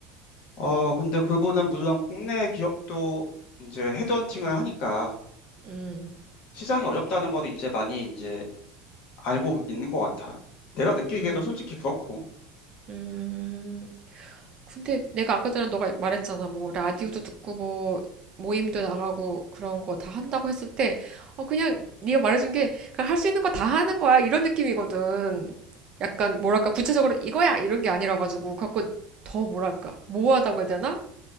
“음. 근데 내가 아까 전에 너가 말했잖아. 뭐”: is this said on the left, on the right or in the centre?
Right